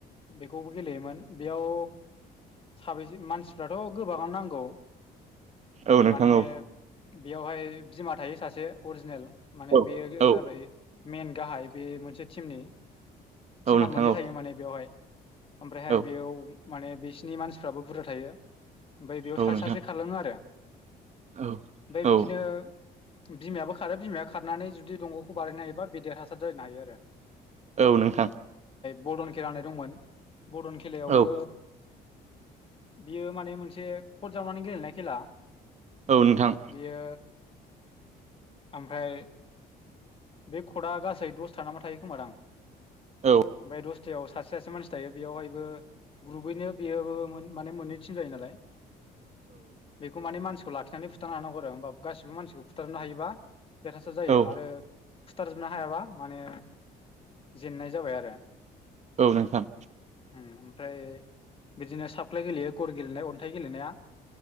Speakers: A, on the left; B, on the right.
A: बेखौबो गेलेयोमोन बेयाव साबैसे मानसिफ्राथ' गोबाङानो नांगौ
B: औ नोंथां
A: माने
B: औ
A: बेयावहाय बिमा थायो सासे अरिजिनेल माने
B: औ
A: बेयो
B: औ
A: जाबाय मइेन गाहाय बे मोनसे टिमनि
B: औ
A: टिमा
B: नोंथां
A: मोननै
B: औ
A: थायो माने बेवहाय ओमफ्रायहाय
B: औ
A: बेयाव माने बिसिनि मानसिफ्राबो बुरजा थायो ओमफ्राय बेयाव
B: औ
A: सासे
B: नोंथां
A: सासे खारलाङो आरो
B: औ
A: ओमफ्राय बिदिनो
B: औ
A: बिमायाबो खारो बिमाया खारनानै जुदि दंग'खौ बारहैनो हायोबा बे देरहासार जनो हायो आरो
B: औ नोंथां
A: बडन खेला होननाय दंमोन बडन खेलायावबो
B: औ
A: बियो माने मोनसे कट जावनानै गेलेनाय खेला
B: औ नोंथां
A: बियो ओमफ्राय बे खदआ गासै दसथा नामा थायो खोमा दां ओमफ्राय
B: औ
A: दस खुताव सासे सासे मानसि थायो बेयावहायबो ग्रुबैनो बेयोबो मोन माने मोननै टिम जायो नालाय बेखौ माने मानसिखौ लाखिनानै फुथारनो हानांगौ आरो होमबा गासिबो मानसिखौ बुथारनो हायोबा देरहासार जायो
B: औ
A: आरो सुथारजोबनो हायाबा माने जेननाय जाबाय आरो
B: औ नोंथां
A: उम ओमफ्राय बिदिनो साफ्लाय गेलेयो गर गेलेनाय अन्थाइ गेलेनाया